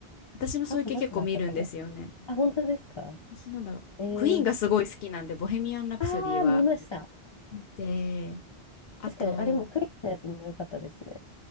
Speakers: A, on the left (about 70°); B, on the left (about 40°).
A: 私もそういう系結構見るんですよね。
B: あと何があったかなあ、本当ですか
A: 私なんだろう。
B: えー、
A: クイーンがすごい好きなんで、ボヘミアン・ラプソディは
B: ああ、見ました。
A: 見て、あと、
B: 確かに、あれもクイズのやつも良かったですね。